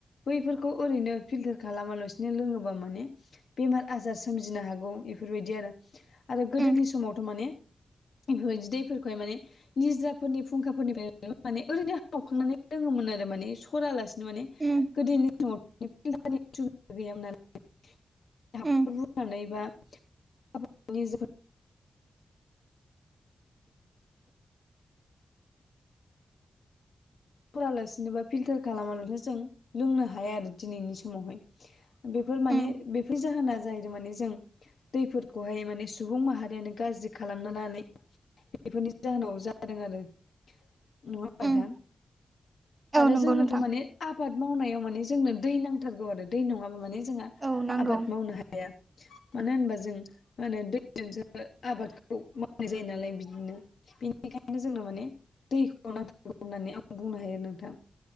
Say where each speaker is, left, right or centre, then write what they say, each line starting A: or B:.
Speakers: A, on the left; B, on the right.
A: बैफोरखौ ओरैनो फिल्टार खालामालासिनो लोङोबा माने बेमार आजार सोमजिनो हागौ इफोरबायदि आरो। आरो गोदोनि
B: उम
A: समावथ' माने इफोरबायदि दैफोरखौहाय माने निज्राफोरनि फुंखाफोरनिफ्राय माने ओरैनो खावखांनानै लोङोमोन आरो माने सरालासिनो माने
B: उम
A: गोदोनि समाव फिल्टारनि सुबिदा गैयामोन नालाय हाखर
B: उम
A: बुरनानै बा <unintelligible> <unintelligible> सरालासिनो बा फिल्टार खालामालासेनो जों लोंनो हाया आरो दिनैनि समावहाय। बेफोर माने
B: उम
A: बेफोरै जाहोना जाहैदों माने जों दैफोरखौहाय माने सुबुं माहारियानो गाज्रि खालामना लानाय बेफोरनि जाहोनाव जादों आरो नङा ओमबा
B: उम
A: नोंथां?
B: औ
A: आरो
B: नंगौ
A: जोनोथ'
B: नोंथां
A: माने आबाद मावनायाव माने जोंनो दै नांथारगौ आरो दै नङाबा माने जोङा
B: औ नांगौ
A: आबाद मावनो हखया मानो होनबा जों मानो <unintelligible> आबादखौ मावनाय जायो नालाय बिदिनो बेनिखायनो जोंनो माने दैखौ नांथारगौ होननानै आं बुंनो हायो नोंथां।